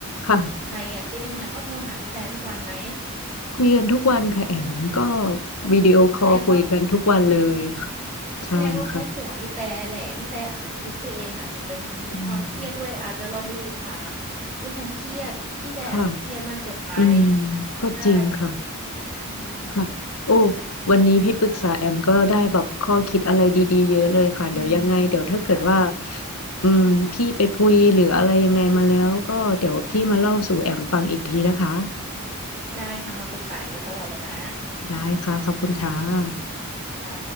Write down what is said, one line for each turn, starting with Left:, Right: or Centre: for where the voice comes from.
Left: ค่ะ
Right: ไทยอาทิตย์นึงเนี่ยเขาโทรหาพี่แต่ทุกวันไหม
Left: คุยกันทุกวันค่ะแอมก็
Right: อ๋อ
Left: วิดีโอคอลคุยกันทุกวันเลยค่ะ
Right: แสดงว่า
Left: ใช่ค่ะ
Right: แสดงว่าเขาห่วงพี่แต่แหละพี่แต่อาจจะคิดไปเองอาจจะเป็นความเครียดด้วยอาจจะลองไปปรึกษา
Left: อืม
Right: เรื่องความเครียดพี่แต่อาจจะเครียดมากเกินไป
Left: ค่ะอืมก็จริงค่ะ
Right: ใช่อืม
Left: ค่ะโอ้วันนี้พี่ปรึกษาแอมก็ได้แบบข้อคิดอะไรดีๆเยอะเลยค่ะเดี๋ยวยังไงเดี๋ยวถ้าเกิดว่า
Right: อืมค่ะ
Left: อืมพี่ไปพุยหรืออะไรยังไงมาแล้วก็เดี๋ยวพี่มาเล่าสู่แอมฟังอีกทีนะคะ
Right: ได้ค่ะมาปรึกษาแอมได้ตลอดเลยนะ
Left: ได้ค่ะขอบคุณค่ะ
Right: ค่ะ